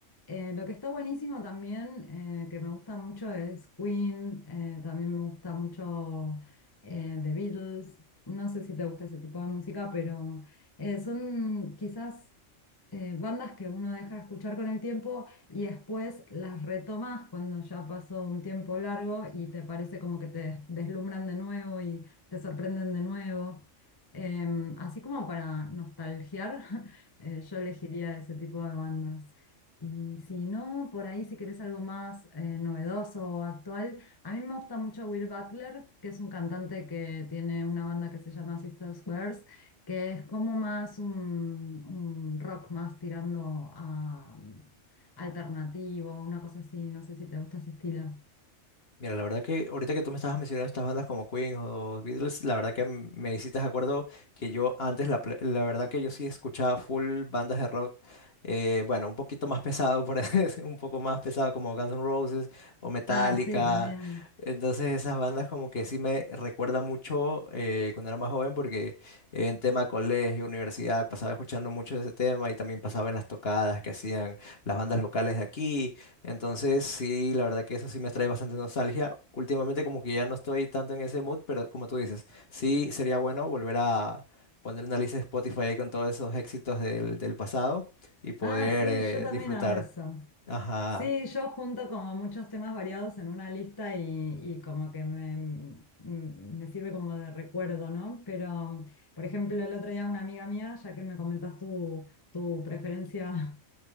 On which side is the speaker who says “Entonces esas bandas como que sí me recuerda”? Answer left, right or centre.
Left